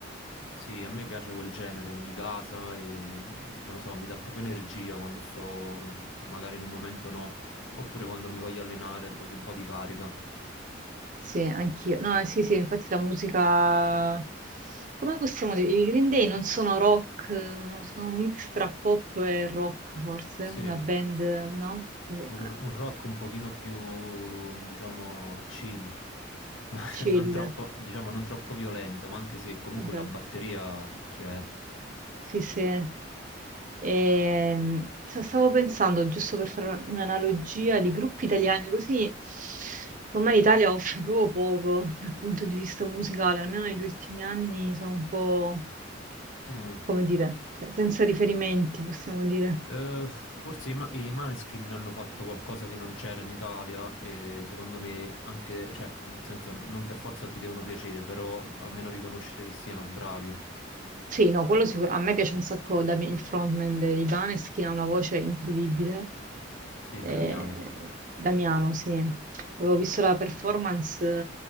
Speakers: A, on the left; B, on the right.
A: Sì, a me piace quel genere, mi gasa e mm, non lo so, mi dà proprio energia quando sto mm, magari in un momento no, oppure quando mi voglio allenare e voglio un po' di carica.
B: Sì, anch'io. No, sì, sì, infatti la musica... Come possiamo dire? I Green Day non sono rock, eh, sono un mix tra pop e rock, forse,
A: Sì.
B: una band, no? Così, eh,
A: un, un rock un pochino più, diciamo, chill, ma <laughs>
B: chill,
A: non troppo, diciamo, non troppo violento, ma anche se comunque
B: esatto.
A: la batteria picchia, eh.
B: Sì, sì. Ehm, sta- stavo pensando, giusto per fare un- un'analogia di gruppi italiani, così secondo me l'Italia offre proprio poco dal punto di vista musicale, almeno negli ultimi anni sono un po',
A: Mm.
B: come dire, se- senza riferimenti, possiamo dire.
A: Eh, forse i, Ma- i Maneskin hanno fatto qualcosa che non c'era in Italia e secondo me anche, cioè, nel senso, non per forza ti devono piacere, però almeno riconoscere che siano bravi.
B: Sì, no, quello sicuro. A me piace un sacco Damien, il frontman dei Baneskin, ha una voce incredibile.
A: Sì,
B: Eh,
A: Damiano.
B: Damiano, sì. Avevo visto la performance,